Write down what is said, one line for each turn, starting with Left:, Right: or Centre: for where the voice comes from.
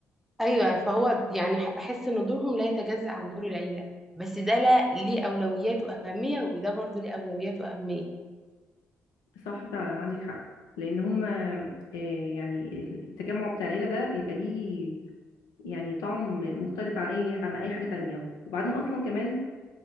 Centre: ايوه فهو يعني ح- بحس ان دورهم لا يتجزأ عن دور العيله بس ده لا ليه اولويات واهميه وده برضه ليه اولويات واهميه
Left: صح فعلا عندك حق لأن هما آه، يعني التجمع بتاع العيلة ده بيبقى ليه يعني طعم مختلف عن اي عن اي حاجه تانية وبعدين اصلا كمان